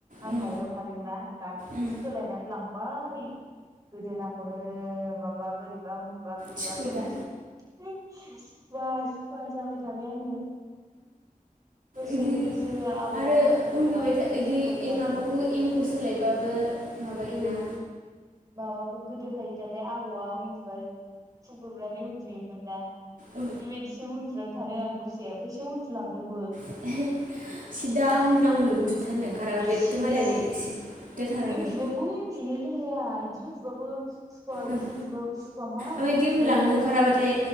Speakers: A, on the right (about 25°); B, on the right (about 70°).
A: आं
B: उम
A: थाग्रायाव थादोंना गान्दुखौ
B: उम
A: सोलायनानै लांबाय। गोदोनाखौनो माबा बोरैबा उन्दुबा बोरैबा
B: थिखुला
A: मोनो। सुखुवा-सुखुवा जाबाय थाबाय आङो दसेनो।
B: इदि
A: गोदो आबौआ
B: आरो
A: उन्दुग्राया
B: उन्दुबाय था इदि
A: खुग्लुबनानै।
B: माबाखौ एमखौ सोलायबाबो माबायोना।
A: ओ माबाखौ गोदोहाय दालाय आबौआ उन्दुबा खुग्लुबनानै उन्दुयोमोन ना।
B: ओ
A: बेबायदिसो उन्दुनानै थादों आं दसे ओमफ्रायसो उन्दुलांदोंबो।
B: <unintelligible> सिदा उन्दनांगौल' उन्दुथारनो खाराबा एखदमारे
A: सिदा
B: सिद्दा थानानै।
A: उन्दुबाबो <unintelligible> इदि उन्दुबाबो। सुखुवा इदि
B: ओं
A: उन्दुबाबो सुखुवा मारै
B: ओमफ्राय
A: उन्दुबावनो
B: बिदि उन्दुलांनो
A: जालाबायबाय।
B: ओंखाराबाथाय